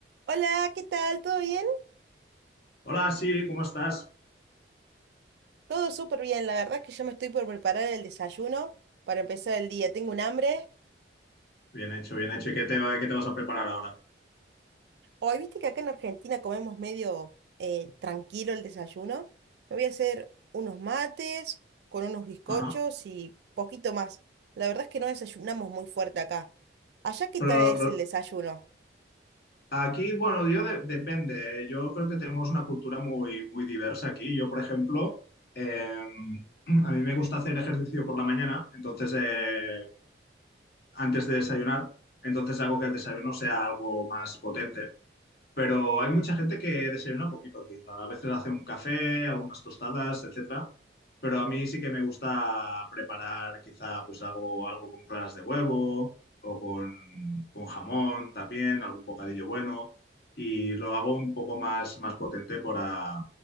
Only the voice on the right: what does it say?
Hola, ¿qué tal? ¿Todo bien?
Todo súper bien. La verdad es que yo me estoy por preparar el desayuno para empezar el día. Tengo un hambre.
Hoy, viste que acá en Argentina comemos medio eh, tranquilo el desayuno. Me voy a hacer unos mates con unos bizcochos
y poquito más. La verdad es que no desayunamos muy fuerte acá. ¿Allá qué
tal es
el desayuno?